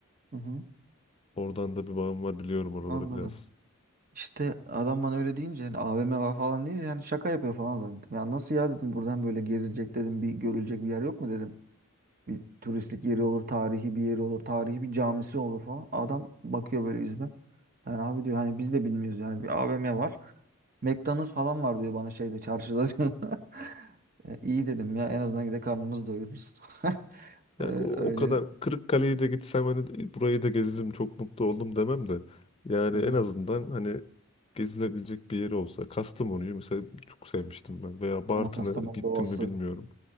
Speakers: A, on the right; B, on the left.
A: Hı hı.
B: oradan da bir bağım var biliyorum oraları
A: Anladım.
B: biraz.
A: İşte adam bana öyle deyince hani AVM var falan deyince hani şaka yapıyor falan zannettim. Ya nasıl ya dedim buradan böyle gezilecek dedim bir görülecek bir yer yok mu dedim. Bir turistik yeri olur, tarihi bir yeri olur, tarihi bir camisi olur falan. Adam bakıyor böyle yüzüme. Yani abi diyor hani biz de bilmiyoruz yani bir AVM var. McDonald's falan var diyor bana şeyde çarşıda diyor. <laughs> E, İyi dedim ya en azından gide karnımızı doyururuz. <laughs>
B: Yani
A: E,
B: o,
A: Öyle.
B: o kadar Kırıkkale'yi de gitsem hani e, burayı da gezdim çok mutlu oldum demem de yani
A: Hı hı.
B: en azından hani gezilebilecek bir yeri olsa Kastamonu'yu mesela çok sevmiştim ben veya Bartın'a
A: Ama Kastamonu
B: gittim
A: doğası,
B: mi bilmiyorum.